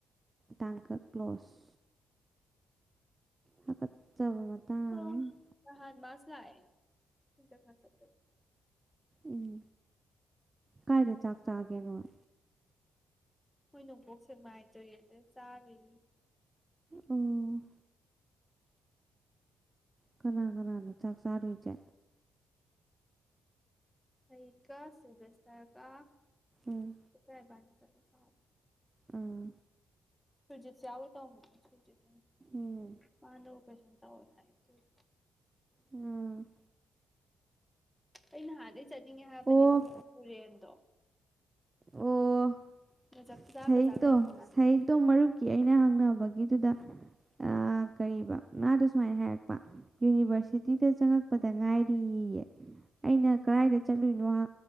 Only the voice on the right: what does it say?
ꯇꯥꯡꯀꯛ ꯀ꯭ꯂꯣꯁ ꯍꯥꯀꯠꯆꯕ ꯃꯇꯥꯡ
ꯎꯝ ꯀꯥꯏꯗ ꯆꯥꯛ ꯆꯥꯒꯦ ꯅꯣꯏ
ꯎꯝ ꯀꯅꯥ ꯀꯅꯥꯅꯣ ꯆꯥꯛ ꯆꯔꯨꯢꯖꯦ
ꯎꯝ
ꯑꯥ
ꯎꯝ
ꯎꯝ
ꯑꯣ
ꯑꯣ
ꯁꯍꯤꯠꯇꯣ
ꯁꯍꯤꯠꯗꯣ ꯃꯔꯨꯞꯀꯤ ꯑꯩꯅ ꯍꯪꯅꯕ ꯕꯒꯤꯗꯨꯗ ꯑꯥ ꯀꯩꯕ ꯑ ꯃꯥꯗꯣ ꯁꯨꯃꯥꯢ ꯍꯥꯢꯔꯛꯄ ꯌꯨꯅꯤꯚꯔꯁꯤꯇꯤꯗ ꯆꯛꯉꯛꯄꯗ ꯉꯥꯏꯔꯤꯌꯦ ꯑꯩꯅ ꯀꯗꯥꯏꯗ ꯆꯠꯂꯨꯢꯅꯣ ꯑ